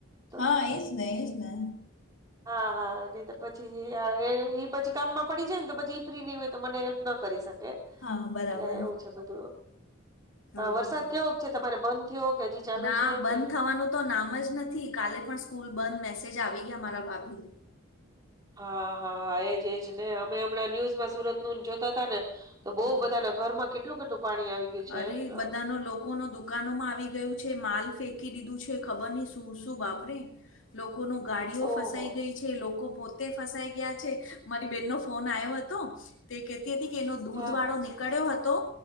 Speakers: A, on the right; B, on the left.
A: તો
B: હા એ જ ને એ જ ને
A: હા હા અને પછી એ આ એ પછી કામમાં પડી જાય ને તો પછી એ ફ્રી નહી હોય તો મને હેલ્પ ના કરી શકે.
B: હા બરાબર
A: એટલે એવું છે બધું
B: હા
A: વરસાદ
B: હા
A: કેવોક છે તમારે બંધ થયો કે હજી ચાલુ
B: ના
A: છે
B: બંધ
A: કે
B: થવાનું તો નામ જ નથી કાલે પણ સ્કૂલ બંધ મેસેજ આવી ગયા મારા ભાભી
A: હા હા હા એજ એજ ને અમે હમણાં ન્યુઝમાં સુરત નું જોતા હતા ને તો બહુ
B: હા
A: બધાને ઘરમાં કેટલું કેટલું પાણી આવી ગયું છે
B: અરે
A: હા
B: બધા નો લોકો ના દુકાનો માં આવી ગયું છે માલ ફેંકી દીધું છે. ખબર નહીં શું શું બાપરે લોકો નો ગાડીઓ
A: ઓહો
B: ફસાઈ ગઈ છે લોકો પો ફસાઈ ગયા છે મારી બેન ન ફોન આવ્યો હતો તે કેતી હતી કે એનો દૂધ
A: હા
B: વાળો ની કડ્યો હતો